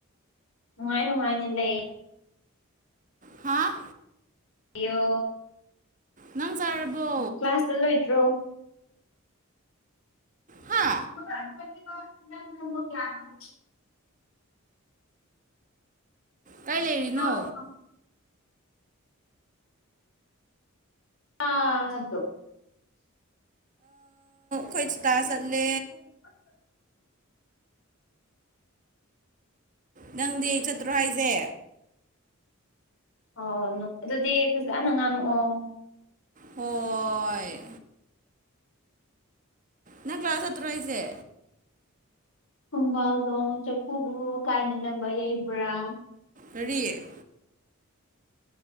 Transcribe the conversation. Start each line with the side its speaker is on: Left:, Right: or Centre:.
Left: ꯅꯨꯡꯉꯥꯏ ꯅꯨꯡꯉꯥꯏꯅ ꯂꯩ
Right: ꯍꯥꯥ
Left: ꯑꯌꯣ
Right: ꯅꯪ ꯆꯥꯔꯕꯣ
Left: ꯀ꯭ꯂꯥꯁꯇ ꯂꯣꯏꯗ꯭ꯔꯣ
Right: ꯍꯥ
Left: ꯏ ꯀ ꯈꯔ <unintelligible>
Right: ꯀꯥꯏ ꯂꯩꯔꯤꯅꯣ
Left: ꯑꯗꯣ ꯑꯗꯣ
Right: ꯈꯁꯨ ꯇꯥꯁꯂ
Left: <unintelligible>
Right: ꯅꯪꯗꯤ ꯑꯩ ꯆꯠꯇ꯭ꯔꯣ ꯍꯥꯏꯁꯦ
Left: ꯑꯣ ꯑꯗꯨꯗꯤ ꯐꯖꯅ ꯉꯥꯡꯉꯛꯑꯣ
Right: ꯍꯣꯏ ꯅꯪ ꯀ꯭ꯂꯥꯁ ꯍꯥꯠꯇ꯭ꯔꯣ ꯍꯥꯏꯁꯦ
Left: ꯈꯣꯡꯕꯥꯜꯗꯣꯡ ꯆꯐꯨꯕꯨ ꯀꯥꯏꯅꯅꯕ ꯌꯩꯕ꯭ꯔꯥ
Right: ꯑꯌꯦ